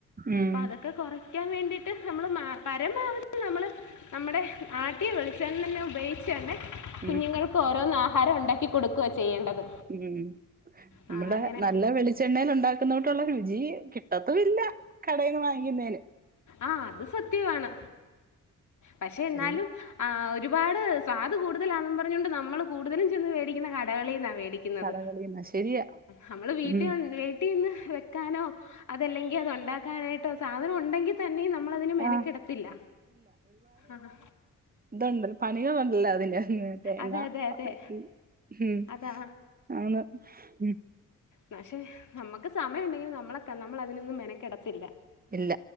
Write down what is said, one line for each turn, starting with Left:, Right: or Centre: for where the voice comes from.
Right: ഉം
Left: പ്പൊ അതൊക്കെ കുറയ്ക്കാൻ വേണ്ടിട്ട് നമ്മള് മേ പരമാവധി നമ്മൾള് നമ്മടെ ആട്ടിയ വെളിച്ചണ്ണന്നെ ഉപയോഗിച്ചന്നെ കുഞ്ഞുങ്ങൾ
Right: ഉം
Left: ക്കോരോന്ന് ആഹാരം ഉണ്ടാക്കി കൊടുക്കു ആ ചെയ്യേണ്ടത്
Right: ഉം നമ്മടെ
Left: ആ അങ്ങനെ
Right: നല്ല വെളിച് ചെണ്ണയിൽ ഉണ്ടാക്കുന്നതോട്ടുള്ള രുചി കിട്ടത്തുല്ല കടയിന്ന് വാങ്ങിക്കുന്നതിന്.
Left: ആഹ് അത് സത്യമാണ് പക്ഷെ എന്നാലും
Right: എല്ല
Left: ആഹ് ഒരുപാട് സ്വാദ് കൂടുതലാണെന്നും പറഞ്ഞോണ്ട് നമ്മൾ കൂടുതലും ചെന്ന് മേടിക്കുന്ന കടകളിന്നാ മേടി ക്യുന്നത്
Right: കടകളിന്ന് ശരിയാ
Left: നമ്മൾ വീട്ടിവന്ന്
Right: ഉം
Left: ട്ടിന്ന് വെക്കാനോ അതല്ലെങ്കിൽ അത് ഉണ്ടാക്കാനായിട്ടോ സാധനം ഉണ്ടെങ്കി തന്നെ നമ്മളതിന് മെനക്കിടത്തില്ല.
Right: ആഹ്
Left: ആഹ്
Right: ഇതെന്ത് പണികളുണ്ടല്ലോ അതിന് തേങ്ങ
Left: അതെ അതെ അതെ
Right: ഉണക്കി. ഉം
Left: അതാ
Right: ആന്ന്. ഉം
Left: ന്നാ ക്ഷെ നമുക്ക് സമയുണ്ടെങ്കിൽ നമ്മളക്കെ നമ്മള അതിനൊന്നും മെനക്കിടത്തില്ല
Right: ഇല്ല